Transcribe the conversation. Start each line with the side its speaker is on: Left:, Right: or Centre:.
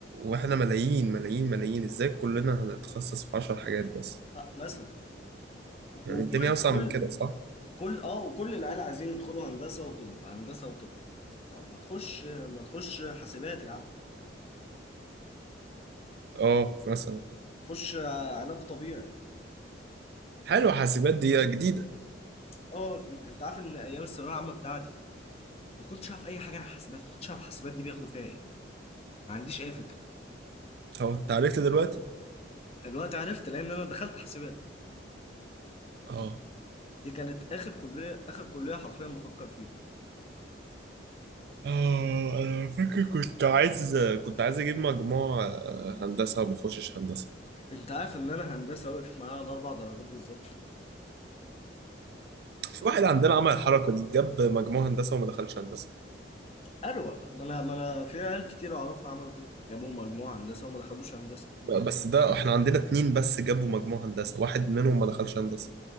Right: واحنا ملايين ملايين ملايين ازاي كلنا هنتخصص في عشر حاجات بس
Left: أه مثلا وكل
Right: يعني الدنيا أوسع
Left: كل
Right: من كده صح؟
Left: كل اه وكل العيال عايزين يدخلوا هندسة وطب هندسة وطب طب ما تخش ما تخش حاسبات يا عم
Right: اه مثلا
Left: تخش علاج طبيعي
Right: حلو حاسبات دي جديدة
Left: اه جديد انت عارف ان ايام الثانويه العامه بتاعتي ما كنتش عارف اي حاجه عن حاسبات ما كنتش عارف حاسبات دي بياخدوا فيها ايه ما عنديش اي فكره
Right: طب أنت عرفت دلوقتي؟
Left: الوقت عرفت لان انا دخلت حاسبات
Right: اه
Left: دي كانت اخر كليه اخر كليه حرفيا بفكر فيها
Right: اه انا فاكر كنت عايز كنت عايز اجيب مجموع آه، هندسه وما اخشش هندسه
Left: انت عارف ان انا هندسه واقف معايا على اربع درجات بالظبط
Right: في واحد عندنا عمل الحركه دي جاب مجموع هندسه وما دخلش هندسه
Left: اروق ما انا ما انا في عيال كتير اعرفها عملوا كده جابوا مجموعه هندسه وما دخلوش هندسه
Right: ب- بس ده احنا عندنا اتنين بس جابوا مجموع هندسه واحد منهم ما دخلش هندسه